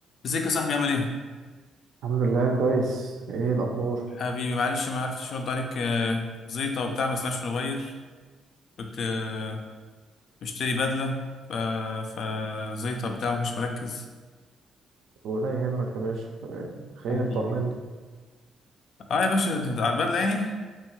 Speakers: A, on the left; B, on the right.
A: ازيك يا صاحبي عامل ايه؟
B: الحمد لله كويس ايه الاخبار
A: حبيبي معلش ما عرفتش ارد عليك آه، زيطة وبتاع ما سمعش الموبايل كنت آه، بشتري بدلة ف فزيطة وبتاع ما كنتش مركز
B: ولا يهمك يا باشا إيه، خير
A: حبيبي
B: طمني
A: اه يا باشا ده على البدلة يعني